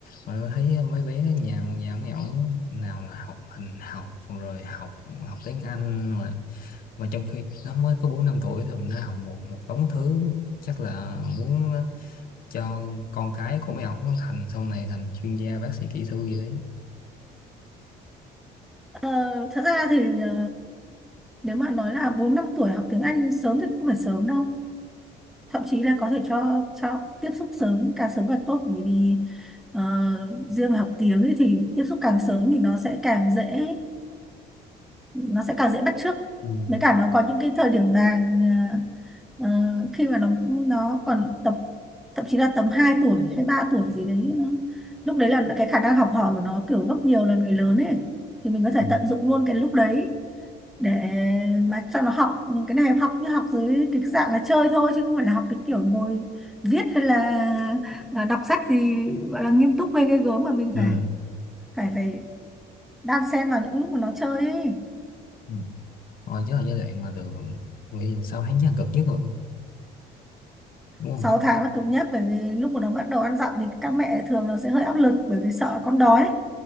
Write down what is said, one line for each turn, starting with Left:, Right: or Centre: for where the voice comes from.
Left: mà tôi thấy mấy bé nhà nhà mấy ổng nào là học hình học rồi học học tiếng Anh rồi mà trong khi nó mới có bốn năm tuổi thì mình đã học một một đống thứ chắc là muốn cho con cái của mấy ổng thành sau này thành chuyên gia bác sĩ kỹ sư gì đấy
Centre: ờ, thật ra thì ờ, nếu mà nói là bốn năm tuổi học tiếng Anh sớm thì cũng không phải sớm đâu thậm chí là có thể cho cho tiếp xúc sớm càng sớm càng tốt bởi vì ờ, riêng về học tiếng ấy thì tiếp xúc càng sớm thì nó sẽ càng dễ nó sẽ càng dễ bắt chước
Left: Ừ.
Centre: với cả nó có những cái thời điểm vàng ờ, ờ, khi mà nó nó còn tập thậm chí là tầm 2 tuổi hay 3 tuổi gì đấy lúc đấy là cái khả năng học hỏi của nó kiểu gấp nhiều lần người lớn ấy thì mình có thể
Left: Ừ.
Centre: tận dụng luôn cái lúc đấy để mà cho nó học cái này học như học dưới cái dạng là chơi thôi chứ không phải là học cái kiểu ngồi viết hay là là đọc sách gì gọi là nghiêm túc hay ghê gớm mà mình
Left: Ừ.
Centre: phải phải phải đan xen vào những lúc mà nó chơi ấy
Left: Ừ. rồi chứ là giai đoạn mà từ nghĩ là sáu tháng chắc là cực nhất rồi đúng không
Centre: sáu tháng là cứng nhất bởi vì lúc mà nó bắt đầu ăn dặm thì các mẹ thường nó sẽ hơi áp lực bởi vì sợ con đói